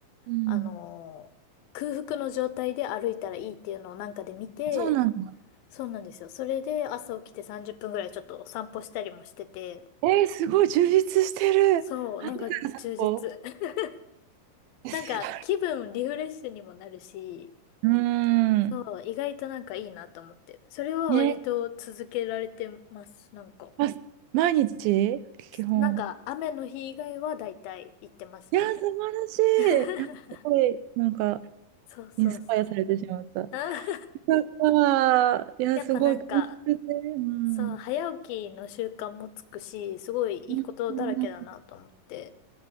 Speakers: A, on the right; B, on the left.
A: うん。
B: あのー空腹の状態で歩いたらいいっていうのをなんかで見て、
A: そうなんだ。
B: そうなんですよ。それで朝起きて30分ぐらいちょっと散歩したりもしてて、
A: えー、すごい充実してる。
B: そう、なんか充実。
A: お、
B: <laughs>
A: <laughs>
B: なんか気分リフレッシュにもなるし、
A: すごいうん。
B: そう、意外となんかいいなと思って。それは割と続けられてます、
A: ね。
B: なんか。
A: ま毎日基本。
B: なんか雨の日以外は大体行ってますね。
A: いや、素晴
B: <laughs>
A: らしい。すごい、なんか、
B: そうそうそう。
A: インスパイアされてしまった。
B: あ
A: よかった。
B: <laughs>
A: いや、
B: やっぱなんか、
A: すごい、充実で。うん。
B: そう、早起きの習慣もつくし、すごいいいことだらけだなと思って。
A: うんうん